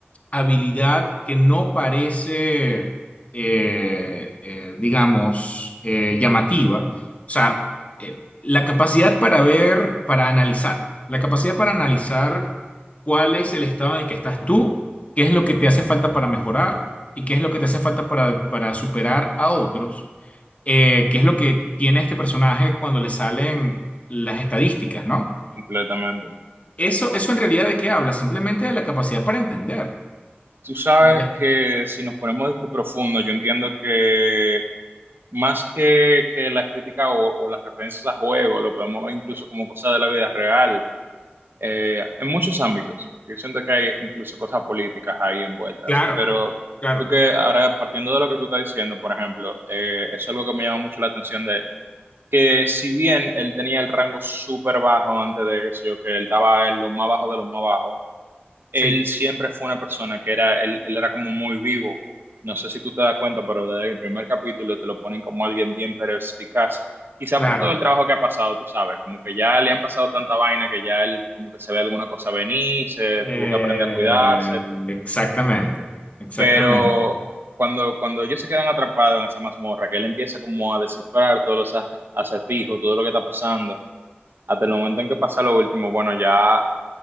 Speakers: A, on the left (about 35°); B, on the right (about 60°).
A: habilidad que no parece, eh, eh, digamos, eh, llamativa, o sea, eh, la capacidad para ver, para analizar, la capacidad para analizar cuál es el estado en el que estás tú, qué es lo que te hace falta para mejorar y qué es lo que te hace falta para, para superar a otros eh, qué es lo que tiene este personaje cuando le salen las estadísticas, ¿no?
B: Completamente.
A: Eso, eso en realidad de qué habla, simplemente de la capacidad para entender.
B: Tú sabes
A: Ya,
B: que si nos ponemos de que profundo, yo entiendo que más que, que las críticas o, o las referencias a juegos, lo podemos ver incluso como cosas de la vida real, eh, en muchos ámbitos. Yo siento que hay incluso cosas políticas ahí envueltas.
A: Claro,
B: Pero
A: claro,
B: tú que ahora, partiendo de lo que tú estás diciendo, por ejemplo, eh, eso es algo que me llama mucho la atención de él. Que si bien él tenía el rango súper bajo antes de que, sé yo, que él estaba en lo más bajo de los más bajos,
A: sí,
B: él siempre fue una persona que era, él, él era como muy vivo. No sé si tú te das cuenta, pero desde el primer capítulo te lo ponen como alguien bien perspicaz. Quizá
A: claro.
B: por todo el trabajo que ha pasado, tú sabes, como que ya le han pasado tanta vaina que ya él como que se ve alguna cosa venir, se
A: Eh,
B: tuvo que aprender a cuidarse.
A: exactamente, exactamente.
B: Pero cuando, cuando ellos se quedan atrapados en esa mazmorra, que él empieza como a descifrar todos los a acertijos, todo lo que está pasando, hasta el momento en que pasa lo último, bueno, ya